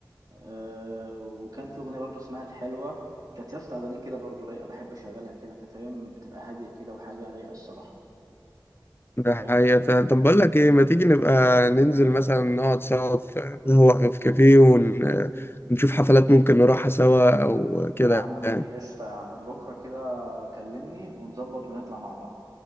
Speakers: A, on the right (about 50°); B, on the left (about 30°).
A: آه وكان في اغنيه برضو اسمها الحلوه كانت يا اسطى اغانيه كده برضو رايقه بحب اشغلها كده انت فاهم بتبقى هاديه كده وحاجه رايقه الصراحه
B: ده
A: أنت فاهم
B: حقيقة فعلا طب بقول لك ايه ما تيجي نبقى ننزل مثلا نقعد سوا في هو في كافيه ون... ونشوف حفلات ممكن نروحها سوا او كده
A: يا عمي
B: يعني
A: قشطه يا عم بكره كده كلمني ونظبط ونطلع مع بعض